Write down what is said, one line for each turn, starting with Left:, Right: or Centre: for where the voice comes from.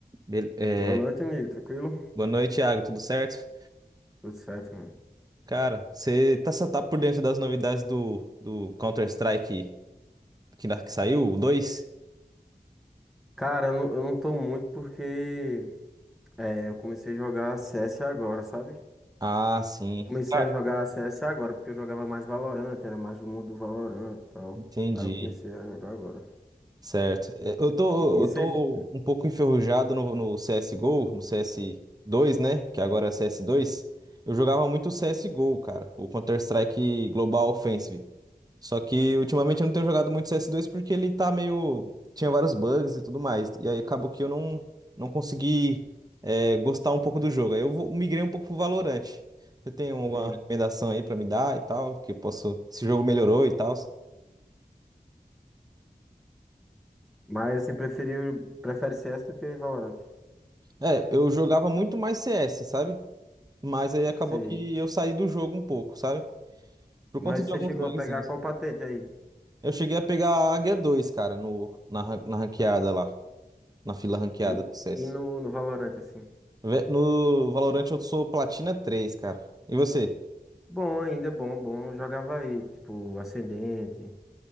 Right: Bel- é,
Centre: Boa noite, amigo. Tranquilo?
Right: boa noite, Thiago. Tudo certo?
Centre: Tudo certo, mano.
Right: Cara, você tá, tá por dentro das novidades do, do Counter-Strike que, na- que saiu, o dois?
Centre: Cara, eu não, eu não tô muito porque é, eu comecei a jogar CS agora, sabe?
Right: Ah, sim.
Centre: Comecei
Right: Cara,
Centre: a jogar CS agora porque eu jogava mais Valorant, era mais do mundo do Valorant e tal.
Right: entendi.
Centre: Aí eu comecei a jogar agora.
Right: Certo. É, Eu tô,
Centre: E, e
Right: eu
Centre: você.
Right: tô um pouco enferrujado no, no CSGO, no cs dois, né? Que agora é cs dois. Eu jogava muito C S G o CSGO, cara. O Counter-Strike Global Offensive. Só que ultimamente eu não tenho jogado muito cs dois porque ele tá meio. Tinha vários bugs e tudo mais. E aí acabou que eu não, não consegui é, gostar um pouco do jogo. Aí eu vou- migrei um pouco pro Valorant. Você tem alguma
Centre: hum,
Right: recomendação aí pra me dar e tal? Que eu posso. Se o jogo melhorou e tal.
Centre: Mas você preferiu, prefere CS do que Valorant?
Right: É, eu jogava muito mais CS, sabe? Mas aí acabou
Centre: Sei.
Right: que eu saí do jogo um pouco, sabe? Por
Centre: Mas
Right: conta de
Centre: você
Right: alguns
Centre: chegou
Right: bugzinhos.
Centre: a pegar qual patente aí?
Right: Eu cheguei a pegar a Águia 2, cara, no, na, ran- na ranqueada lá. Na fila ranqueada
Centre: E,
Right: do CS.
Centre: e no, no Valorant, assim?
Right: Ve- No Valorant eu sou Platina 3, cara. E você?
Centre: Bom, ainda é bom, bom. Eu jogava aí, tipo, Ascendente,